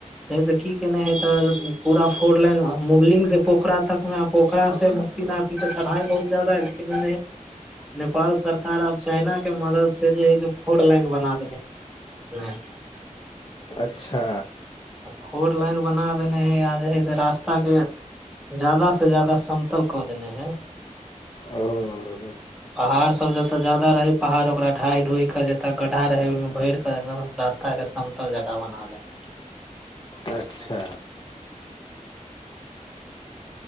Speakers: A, in the centre; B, on the left.
A: जइसे कि केने हे ते पूरा फोर लेन मुगलिंगसे पोखरातकमे, पोखरासँ मुक्तिनाथ। की तऽ चढ़ाई बहुत ज्यादा ह लेकिन नेपाल सरकार अब चीनक मददसँ जे छै से पूरा पहाड़ोमे फोर लेन बना देलकै।
B: अच्छा
A: फोर लेन बना देने हइ आ जे हइ से रास्ता के ज्यादा से ज्यादा समतल कऽ देने हैं
B: ओ ह ह
A: पहाड़ सभ जतऽ बेसी छल, ओतऽ पहाड़ काटि काटि कऽ आ जतऽ गड्ढा छल, ओहिमे माटि पाथर भरि कऽ रास्ता रास्ताके समतल जगह बना देलक।
B: अच्छा